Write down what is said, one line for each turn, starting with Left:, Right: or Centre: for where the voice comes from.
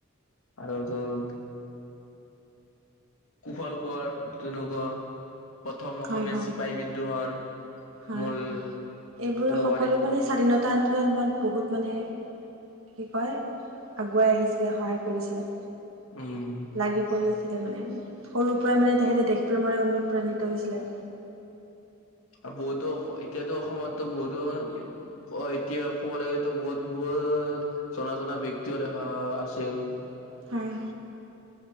Left: আৰু তোৰ কুশল কোঁৱৰ তেনেকুৱা প্ৰথম অসমীয়া
Right: হয় হয়
Left: চিপাহী বিদ্ৰোহৰ
Right: হয়
Left: মূল
Right: এইবোৰে
Left: ক'ব
Right: সকলো
Left: পাৰি
Right: মানে স্বাধীনতা আন্দোলন মাত বহুত মানে কি কয় আগুৱাই আহিছিলে সহায় কৰিছিলে।
Left: উম
Right: লাগি পৰি আছিলে মানে সৰুৰ পৰাই মানে তেহেতে দেশ প্ৰেমৰে অনুপ্ৰাণিত হৈছিলে।
Left: আৰু বহুতো এতিয়াতো অসমতো বহুতো মানে অ, এতিয়া ক'ব লাগে বহুত বোৰ জনা জনা ব্যক্তিও দেখা আছিল
Right: হয়।